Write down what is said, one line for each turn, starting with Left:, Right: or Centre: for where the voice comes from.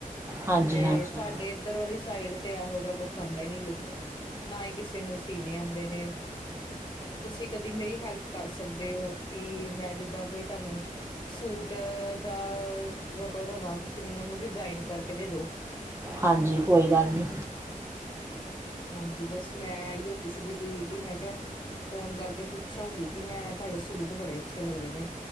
Right: ਹਾਂਜੀ
Left: ਤੇ
Right: ਹਾਂਜੀ
Left: ਸਾਡੇ ਇੱਧਰ ਵਾਲੀ ਸਾਈਡ ਤੇ ਇਹੋ ਜਿਹਾ ਕੁਛ ਆਉਂਦਾ ਹੀ ਨੀ ਲੁੱਕ ਨਾ ਹੀ ਕਿਸੇ ਨੂੰ ਸੀਨੇ ਆਉਂਦੇ ਨੇ ਤੁਸੀਂ ਕਦੀ ਮੇਰੀ ਹੈਲਪ ਕਰ ਸਕਦੇ ਹੋ ਕਿ ਮੈਂ ਜਿੱਦਾਂ ਬਈ ਤੁਹਾਨੂੰ ਸੂਟ ਦਾ ਫੋਟੋ ਦਵ ਤੁਸੀਂ ਮੈਨੂੰ ਉਹਨੂੰ ਡਿਜ਼ਾਇਨ ਕਰਕੇ ਦੇ ਦੋ
Right: ਹਾਂਜੀ ਕੋਈ ਗੱਲ ਨਹੀਂ
Left: ਹਾਂਜੀ ਬਸ ਮੈਂ ਇਓ ਪੁੱਛਦੀ ਪਈ ਸੀ ਕਿ ਮੈਂ ਕਿਹਾ ਫੋਨ ਕਰਕੇ ਪੁੱਛਾਂਗੀ ਕਿ ਮੈਂ ਤੁਹਾਡੇ ਸੂਟ ਬੜੇ ਅੱਛੇ ਲੱਗਦੇ ਨੇ